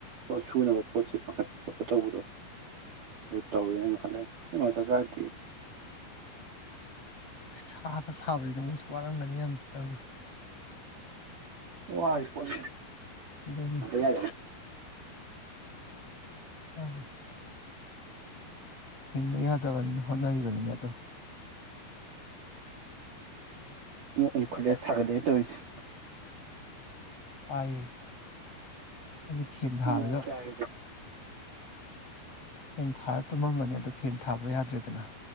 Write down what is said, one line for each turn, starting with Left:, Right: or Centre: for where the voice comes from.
Right: ꯁꯨꯅꯕ ꯄꯣꯠ ꯆꯩ ꯄꯥꯈꯠꯄ ꯈꯣꯠꯄ ꯇꯧꯕꯗꯣ ꯑꯗꯨ ꯇꯧꯋꯦꯅ ꯑꯗꯨꯝ ꯈꯜꯂꯦ ꯑꯩꯈꯣꯏ ꯃꯆꯥ ꯆꯗ꯭ꯔꯤ
Left: ꯁꯥꯒ ꯁꯥꯕꯁꯤꯗ ꯃꯣꯏꯁꯨ ꯋꯥꯔꯝꯒꯅꯤ ꯇꯧ
Right: ꯋꯥꯥꯏ ꯄꯅꯤ
Left: ꯑꯗꯨꯅꯤ
Right: ꯌꯥ
Left: ꯍ ꯍꯪꯗ ꯌꯥꯗꯕꯅꯤꯅ ꯍꯣꯠꯅꯔꯤꯕꯅꯤꯅ ꯑꯗꯣ
Right: ꯑꯣꯈꯗ ꯁꯒꯗ ꯇꯧꯔꯤꯁꯤ
Left: ꯁꯥꯏ ꯑꯩꯁ ꯐꯤ ꯊꯥꯔꯒ
Right: ꯅꯣꯡ ꯇꯥꯏꯗꯅ
Left: ꯐꯦꯟ ꯊꯥꯔ ꯇꯨꯝꯃꯝꯕꯅꯦ ꯑꯗꯨ ꯐꯦꯟ ꯊꯥꯕ ꯌꯥꯗ꯭ꯔꯦꯗꯅ